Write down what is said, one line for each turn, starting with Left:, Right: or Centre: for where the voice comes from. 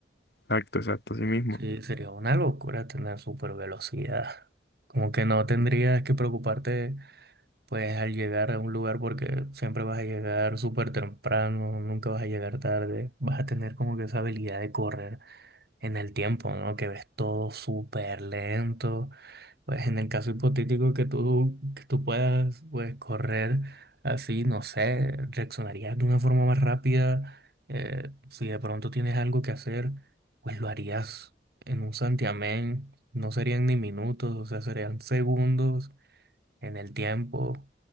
Left: Exacto, exacto, así mismo.
Right: Sí, sería una locura tener super velocidad. Como que no tendrías que preocuparte, pues, al llegar a un lugar porque siempre vas a llegar súper temprano, nunca vas a llegar tarde. Vas a tener como que esa habilidad de correr en el tiempo, ¿no? Que ves todo súper lento pues en el caso hipotético que tú, que tú puedas pues, correr así, no sé, reaccionarías de una forma más rápida. eh, si de pronto tienes algo que hacer, pues lo harías en un santiamén. No serían ni minutos, o sea, serían segundos en el tiempo,